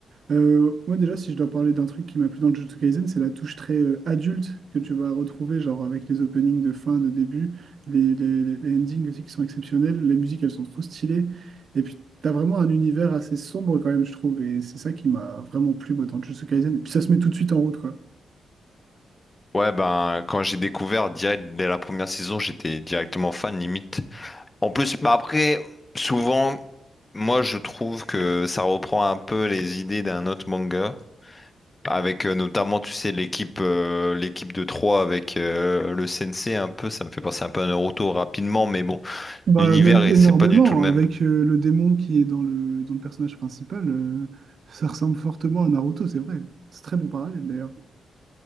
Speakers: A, on the right (about 65°); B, on the left (about 30°).
A: Euh, moi déjà, si je dois parler d'un truc qui m'a plu dans Jujutsu Kaisen, c'est la touche très euh, adulte que tu vas retrouver, genre avec les openings de fin, de début, les, les, les- les endings aussi qui sont exceptionnels, les musiques elles sont trop stylées, et puis t'as vraiment un univers assez sombre quand même, je trouve, et c'est ça qui m'a vraiment plu moi, dans Jujutsu Kaisen, et puis ça se met tout de suite en route, quoi.
B: ouais ben quand j'ai découvert direct dès la première saison j'étais directement fan limite en plus bah après souvent moi je trouve que ça reprend un peu les idées d'un autre manga Avec euh, notamment, tu sais, l'équipe euh, l'équipe de 3 avec euh, le CNC un peu, ça me fait penser un peu à Naruto rapidement, mais bon,
A: Bah,
B: l'univers,
A: même
B: et
A: énormément,
B: c'est pas du tout le même.
A: avec euh, le démon qui est dans le, dans le personnage principal, euh, ça ressemble fortement à Naruto, c'est vrai. C'est très bon parallèle d'ailleurs.